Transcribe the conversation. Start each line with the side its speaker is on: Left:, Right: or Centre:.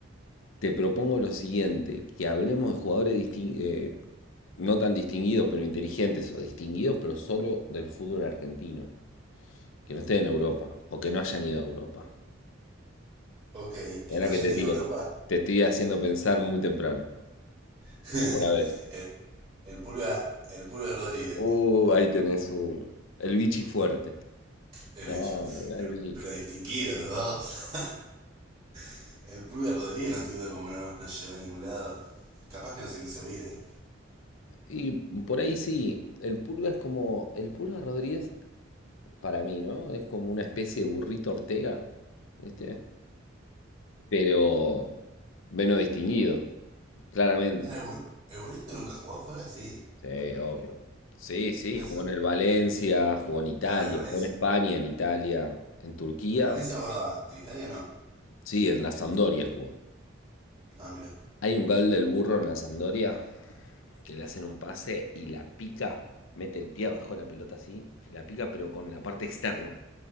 Left: Te propongo lo siguiente, que hablemos de jugadores distin- eh, no tan distinguidos, pero inteligentes, o distinguidos, pero solo del fútbol argentino, que no estén en Europa, o que no hayan ido a Europa.
Right: Ok, que
Left: Mirá
Right: no
Left: la
Right: hayan
Left: que te
Right: ido
Left: tiro.
Right: a Europa.
Left: Te estoy haciendo pensar muy temprano.
Right: <laughs>
Left: ¿Cómo la ves?
Right: El, el Pulga, el Pulga Rodríguez.
Left: Uh, ahí tenés uno. El bichi fuerte.
Right: El
Left: No,
Right: bicho.
Left: mirá
Right: El-
Left: el bichi.
Right: pero distinguido los dos. <laughs> El Pulga Rodríguez no entiendo cómo no, no llegó a ningún lado. Capaz que no se quiso ir, eh.
Left: Y por ahí sí, el Pulga es como, el Pulga Rodríguez, para mí, ¿no? Es como una especie de burrito Ortega, ¿viste? pero menos distinguido, claramente.
Right: Para el, burrito el burrito nunca jugó afuera, sí.
Left: Sí, obvio. Sí, sí,
Right: Por eso.
Left: jugó en el Valencia, jugó en Italia,
Right: Claro, en Valencia.
Left: jugó en España, en Italia, en Turquía.
Right: En Valencia me acordaba. En Italia no.
Left: Sí, en la Sampdoria jugó.
Right: Ah, mira.
Left: Hay un gol del burro en la Sampdoria que le hacen un pase y la pica, mete el pie abajo de la pelota así, la pica pero con la parte externa.